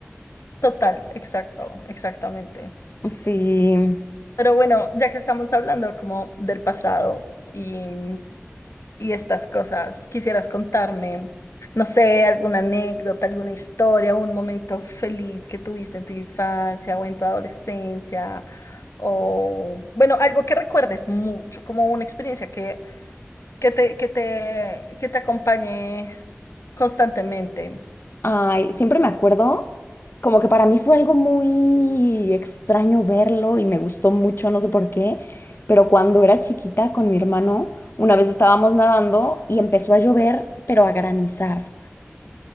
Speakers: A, on the left; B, on the left.
A: total, exacto, exactamente.
B: Sí.
A: Pero bueno, ya que estamos hablando como del pasado y y estas cosas. ¿Quisieras contarme, no sé, alguna anécdota, alguna historia, un momento feliz que tuviste en tu infancia o en tu adolescencia? O, bueno, algo que recuerdes mucho, como una experiencia que, que te, que te, que te acompañe constantemente.
B: Ay, siempre me acuerdo, como que para mí fue algo muy extraño verlo y me gustó mucho, no sé por qué, pero cuando era chiquita con mi hermano, una vez estábamos nadando y empezó a llover, pero a granizar.